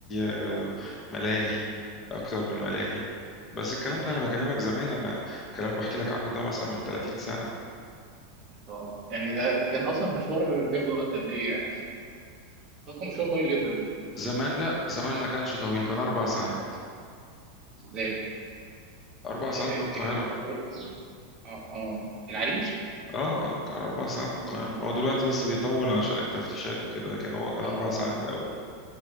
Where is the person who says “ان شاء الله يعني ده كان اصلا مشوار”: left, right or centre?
Right